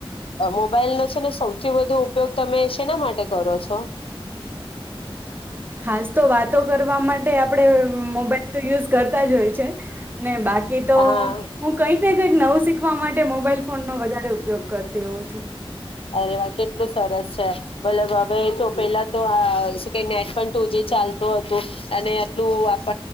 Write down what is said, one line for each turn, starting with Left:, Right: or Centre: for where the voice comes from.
Left: મોબાઈલ નો છે ને સૌથી વધુ ઉપયોગ તમે શેના માટે કરો છો.
Right: ખાસ તો વાતો કરવા માટે આપ પણે મોબાઈલ તો યુઝ કરતા જ હોય છે ને બાકી તો
Left: હા
Right: હું કંઈક ને કંઈક નવું શીખવા માટે મોબાઈલ ફોનનો વધારે ઉપયોગ કરતી તેઓ જ
Left: અરે વા એટલું સરસ છે બલબ ભ ચો પેલા તો કે નેટ પણ ટુ જી ચાલતું હતું અને એટલું આપ